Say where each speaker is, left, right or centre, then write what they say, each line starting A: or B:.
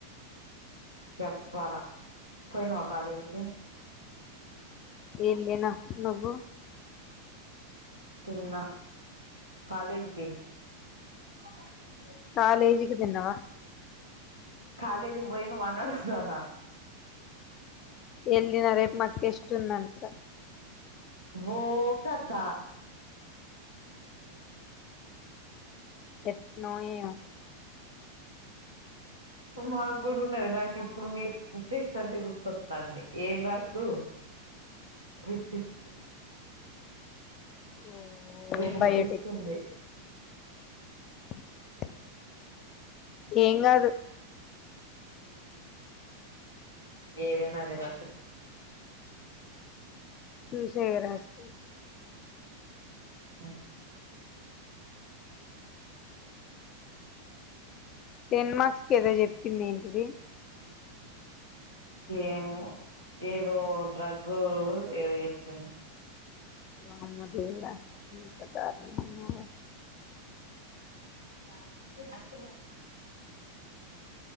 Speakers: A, on the left (about 85°); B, on the left (about 35°).
A: చెప్పాలా పోయినువా కాలేజీకి
B: నేనూ పోయిన నువ్వు
A: తిన్న కాలేజ్కి <inaudible>
B: కాలేజికి తిన్నావా
A: కాలేజీ పోయనవా అని అడుగుతన్న
B: వెళ్లిన రేపు మాకు టెస్ట్ఉందంట
A: వో కథ
B: ఎట్నో ఏమో
A: అ మాకు కూడా ఉన్నది నాకు ఇప్పుడు మీరు టెస్ట్ అంటే గుర్తొస్తుంది ఏం రాదు <unintelligible>
B: ఓ
A: రేపు ఒక
B: బయోటెక్నాలజీ
A: టెస్ట్ ఉంది
B: <inaudible>
A: <inaudible>
B: ఏం కాదు
A: ఏదైన అదే ర
B: చూసే <unintelligible>
A: ఆ
B: టెన్ మార్క్స్ కేది చెప్పింది ఏంటది
A: ఏమో ఏదో డ్రగ్ ఏదో చెప్పింది
B: వామ్మ దేవుడా ఇంత దారుణం ఉన్నార
A: <inaudible>